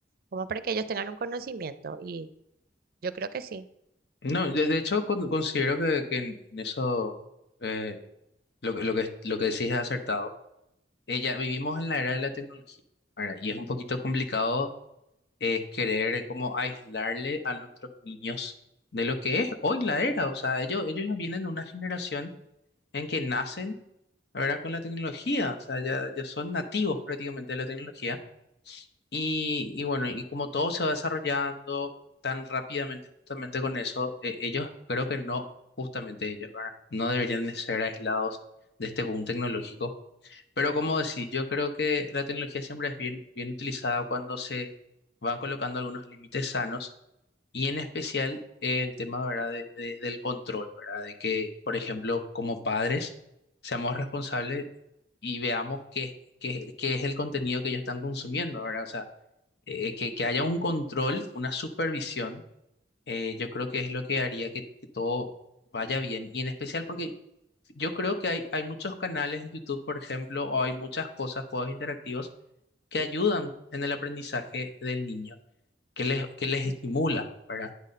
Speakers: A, on the right; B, on the left.
A: Como para que ellos tengan un conocimiento y yo creo que sí.
B: No, de, de hecho con- considero que, que en eso eh, lo, que- lo que lo que decís es acertado. Eh, ya vivimos en la era de la tecnología, ¿verdad? Y es un poquito complicado eh, querer como aislarle a nuestros niños de lo que es hoy la era. O sea, ellos, ellos ya vienen de una generación en que nacen, ¿verdad? con la tecnología. O sea, ya, ya son nativos prácticamente de la tecnología. Y, y bueno, y como todo se va desarrollando tan rápidamente justamente con eso, eh, ellos creo que no, justamente ellos, ¿verdad? No deberían de ser aislados de este boom tecnológico pero como decir yo creo que la tecnología siempre es bien, bien utilizada cuando se van colocando algunos límites sanos y en especial eh, el tema, ¿verdad? de- de- del control, ¿verdad? De que, por ejemplo, como padres seamos responsables y veamos qué, qué- qué es el contenido que ellos están consumiendo, ¿verdad? O sea, eh, que, que haya un control, una supervisión, eh, yo creo que es lo que haría que, que todo vaya bien y en especial porque yo creo que hay, hay muchos canales de YouTube, por ejemplo, o hay muchas cosas, juegos interactivos, que ayudan en el aprendizaje del niño, que les, que les
A: justo-
B: estimula, ¿verdad?